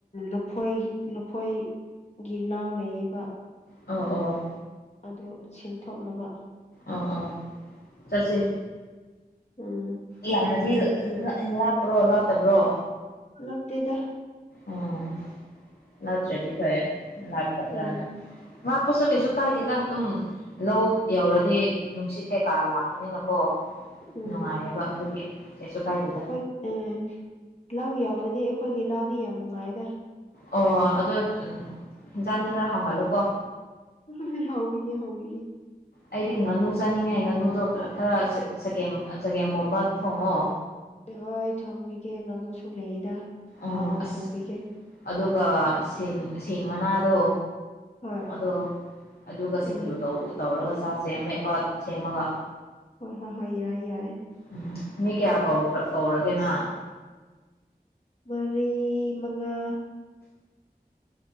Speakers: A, on the left (about 45°); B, on the left (about 75°).
A: ꯂꯐꯣꯏ ꯂꯐꯣꯏꯒꯤ ꯂꯥ ꯂꯩꯌꯦꯕ
B: ꯑꯣ ꯑꯣ
A: ꯑꯗꯨ ꯁꯤꯡꯊꯣꯛꯅꯕ
B: ꯑꯥ ꯑꯥ ꯆꯠꯁꯤ
A: ꯎꯝ
B: ꯌꯥꯝꯅꯗꯤ ꯂꯥ ꯂꯥꯞꯄ꯭ꯔꯣ ꯂꯥꯞꯇꯕ꯭ꯔꯣ
A: ꯂꯥꯞꯇꯦꯗ
B: ꯑꯣ ꯅꯠꯇ꯭ꯔꯗꯤ ꯐꯩꯌꯦ ꯂꯥꯞꯀꯗ꯭ꯔꯅ
A: ꯎꯝ
B: ꯂꯥꯞꯄꯁꯨ ꯀꯩꯁꯨ ꯀꯥꯏꯗꯦꯗ ꯑꯗꯨꯝ ꯂꯧ ꯌꯧꯔꯗꯤ ꯅꯨꯡꯁꯤꯠ ꯀꯩꯀꯥ ꯂꯥꯛꯄꯅꯤꯅ ꯀꯣ
A: ꯎꯝ
B: ꯅꯨꯡꯉꯥꯏꯌꯦꯕ ꯑꯗꯨꯒꯤ ꯀꯩꯁꯨ ꯀꯥꯏꯗꯦꯗ
A: ꯑꯝ ꯂꯧ ꯌꯧꯔꯗꯤ ꯑꯩꯈꯣꯏꯒꯤ ꯂꯧꯗꯤ ꯌꯥꯝ ꯅꯨꯡꯉꯥꯏꯌꯦꯗ
B: ꯑꯣ ꯑꯗꯣ ꯍꯤꯟꯖꯥꯡꯗꯤ ꯈꯔ ꯍꯥꯎꯍꯜꯂꯣ ꯀꯣ
A: ꯍꯣꯏ ꯍꯣꯏ ꯍꯥꯎꯕꯤꯒꯦ ꯍꯥꯎꯕꯤꯒꯦ
B: ꯑꯩꯗꯤ ꯉꯥꯅꯨ ꯆꯥꯅꯤꯡꯉꯦ ꯉꯥꯅꯨꯗꯣ ꯈꯔ ꯆꯒꯦꯝ ꯆꯒꯦꯝꯕꯣꯝꯕ ꯊꯣꯡꯉꯣ
A: ꯍꯣꯏ ꯊꯣꯡꯕꯤꯒꯦ ꯉꯥꯅꯨꯁꯨ ꯂꯩꯗ
B: ꯑꯣ
A: ꯍꯥꯎꯅ
B: ꯑꯁ
A: ꯊꯣꯡꯕꯤꯒꯦ
B: ꯑꯗꯨꯒ ꯁꯤꯡ ꯁꯤꯡ ꯃꯅꯥꯗꯣ
A: ꯍꯣꯏ
B: ꯑꯗꯣ ꯑꯗꯨꯒ ꯁꯤꯡꯖꯨ
A: ꯎꯝ
B: ꯇꯧ ꯇꯧꯔꯒ ꯆꯥꯁꯦ ꯑꯃꯦꯠꯄ ꯁꯦꯝꯃꯒ
A: ꯍꯣꯏ ꯍꯣꯏ ꯍꯣꯏ ꯌꯥꯏ ꯌꯥꯏ
B: ꯑꯝ ꯃꯤ ꯀꯌꯥ ꯀꯧ ꯀꯧꯔꯒꯦ ꯅꯪ
A: ꯃꯔꯤ ꯃꯉꯥ